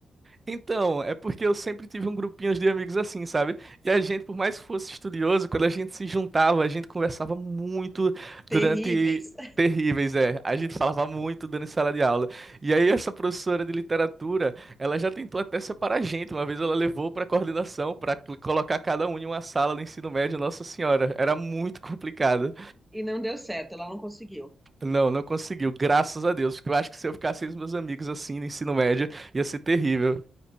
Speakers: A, on the right; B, in the centre.
A: Então, é porque eu sempre tive um grupinho de amigos assim, sabe? E a gente, por mais que fosse estudioso, quando a gente se juntava, a gente conversava muito
B: Terríveis.
A: durante
B: <laughs>
A: terríveis, é. A gente falava muito durante sala de aula. E aí essa professora de literatura, ela já tentou até separar a gente. Uma vez ela levou para coordenação para colocar cada um em uma sala no ensino médio, Nossa Senhora, era muito complicado.
B: E não deu certo, ela não conseguiu.
A: Não, não conseguiu, graças a Deus, porque eu acho que se eu ficasse com os meus amigos assim no ensino médio, ia ser terrível.